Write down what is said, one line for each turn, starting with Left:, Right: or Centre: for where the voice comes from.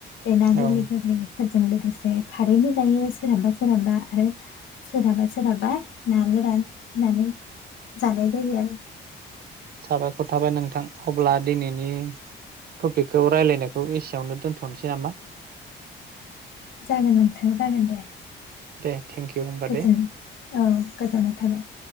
Left: बे ना गोरलि
Right: औ
Left: गोरलि बेजों लोगोसे खारैबो जायो सोरहाबा सोरहाबा आरो सोरहाबा सोरहाबा ना गोरान होनानै जानाय जायो आरो।
Right: थाबायखर थाबाय नोंथां अब्ला दिनैनि टपिकखौ राय्लायनायखौ एसेयावनो दोनथ'नोसै नामा?
Left: जोगोन नोंथां जागोन दे।
Right: दे थेंकिउ होमबा
Left: गोजोन
Right: दे
Left: औ गोजोननाय थाबाय।